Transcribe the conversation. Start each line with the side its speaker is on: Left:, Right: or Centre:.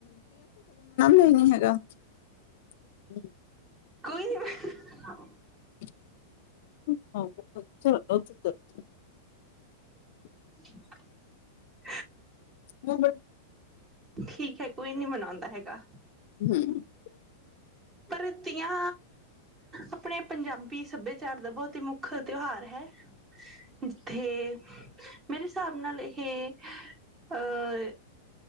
Left: ਲ ਹੈਗਾ <unintelligible> ਹਮ <inaudible>
Right: ਕੋਈ ਨੀ ਫ <unintelligible>
Left: ਹਾਂ <unintelligible>
Right: <inaudible>
Left: ਹੂੰ
Right: ਠੀਕ ਹੈ। ਕੋਈ ਨਹੀਂ ਮਨਾਉਂਦਾ ਹੈਗਾ।
Left: ਹੂ -
Right: ਪਰਤੀਆਂ ਆਪਣੇ ਪੰਜਾਬੀ ਸੱਭਿਆਚਾਰ ਦਾ ਬਹੁਤ ਹੀ ਮੁੱਖ ਤਿਉਹਾਰ ਹੈ। ਜਿੱਥੇ- ਮੇਰੇ ਹਿਸਾਬ ਨਾਲ ਇਹ- ਅਹ